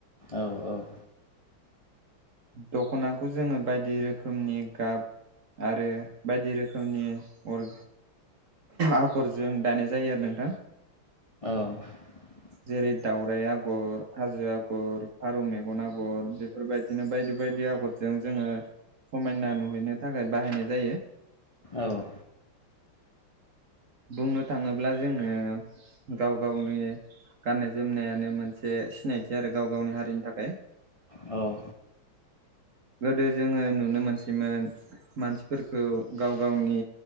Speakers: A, on the left (about 35°); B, on the right (about 45°).
A: औ औ।
B: दख'नाखौ जोङो बायदि रोखोमनि गाब आरो बायदि रोखोमनि अर आगरजों दानाय जायो आरो नोंथां।
A: <unintelligible>
B: जेरै दावराइ आगर हाजो आगर फारौ मेगन आगर बेफोरबायद दिनो बायदि बायदि आगरजों जोङो समायना नुहैनो थाखाय बाहायनाय जायो।
A: औ।
B: बुंनो थाङोब्ला जोङो गाव गावनि गाननाय जोमनायानो मोनसे सिनायथि आरो गाव गावनि हारिनि थाखाय।
A: औ।
B: <inaudible> गोदो जोङो नुनो मोनसैमोन मानसिफोरखौ गाव गावनि